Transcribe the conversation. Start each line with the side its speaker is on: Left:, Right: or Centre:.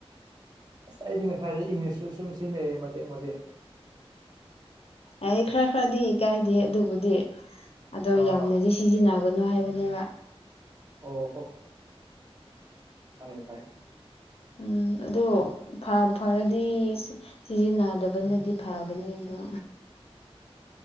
Right: ꯑꯁ ꯑꯩꯗꯤ ꯉꯁꯥꯏꯗꯩ ꯏꯪꯂꯤꯁꯁꯨ ꯁꯨꯝ ꯁꯤꯟꯅꯩꯌꯦ ꯃꯇꯦꯛ ꯃꯇꯦꯛ
Left: ꯑꯥꯏ ꯈꯔ ꯈꯔꯗꯤ ꯀꯥꯏꯗꯦ ꯑꯗꯨꯕꯨꯗꯤ ꯑꯗꯣ
Right: ꯑꯥ
Left: ꯌꯥꯝꯅꯗꯤ ꯁꯤꯖꯤꯟꯅꯒꯅꯨ ꯍꯥꯏꯕꯅꯦꯕ
Right: ꯑꯣ ꯍꯣ ꯈꯪꯉꯦ ꯈꯪꯉꯦ
Left: ꯎꯝ ꯑꯗꯣ ꯐ ꯐꯔꯗꯤ ꯁꯤꯖꯤꯟꯅꯥꯗꯕꯅꯗꯤ ꯐꯕꯅꯦ ꯑꯗꯣ